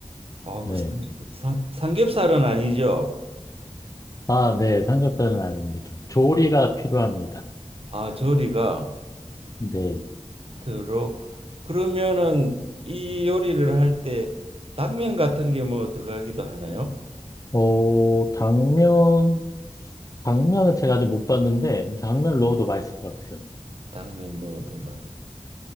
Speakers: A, on the right; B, on the left.
A: 어우,
B: 네.
A: 삼- 삼- 삼겹살은 아니죠.
B: 아, 네. 삼겹살은 아닙니다. 조리가 필요합니다.
A: 아, 조리가
B: 네.
A: 키트로 그러면은 이 요리를 할 때 당면 같은 게 뭐 들어가기도 하나요?
B: 어, 당면, 당면은 제가 아직 못 봤는데, 당면 넣어도 맛있을 것 같아요.
A: 당면 넣어도 맛이.